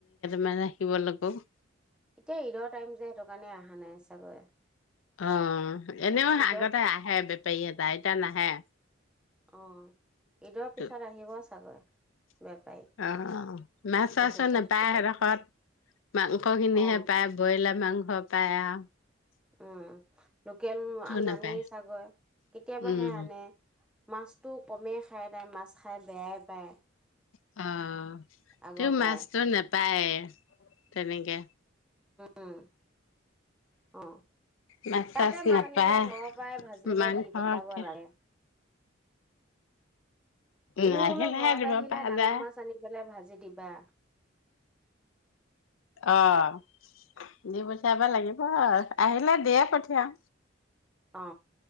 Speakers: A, on the left (about 90°); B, in the centre.
A: মানে ৰাখিব লাগিব-
B: এতিয়া ঈদৰ টাইম যে সেইটো কাৰণে অহা নাই চাগৈ।
A: অ' এনেও
B: ঈদৰ
A: আগতে আহে বেপাৰী এটা, এতিয়া নাহে।
B: অ ঈদৰ পিছত
A: <inaudible>
B: আহিব চাগৈ বেপাৰী
A: অ মাছ -চাছ
B: বস্তু চস্তু
A: নেপায়
B: লৈ
A: এইডোখৰত মাংসখিনি
B: অ
A: হে পাই বইলাৰ মাংস - <unintelligible>
B: উম- তেল নানেই
A: নাপায়।
B: ছাগৈ তাই, কেতিয়াবাহে
A: উম,
B: আনে। মাছতো কমেইখাই তাই মাছ- খাই বেয়াই পায়।
A: অ'
B: আগৰ
A: সি
B: পৰাই
A: মাছতো নেপাই তেনেকৈ।
B: উম অ
A: মাছ
B: তাতে
A: -চাছ
B: মাছ
A: নেপাই।
B: আনিলে ঘৰৰ পৰাই ভাজি পেলাই
A: মাংস
B: দি পঠাব লাগে
A: - উম,
B: এদিন
A: আহিলেহে
B: বোলো ঘৰত
A: দিব
B: আহিলে
A: পৰা
B: ডাঙৰ
A: যায়।
B: মাছ আনিপেলাই ভাজি- দিবা-
A: অ' দিপথাব লাগিব, আহিলে দিয়েই পথিয়াও।
B: অ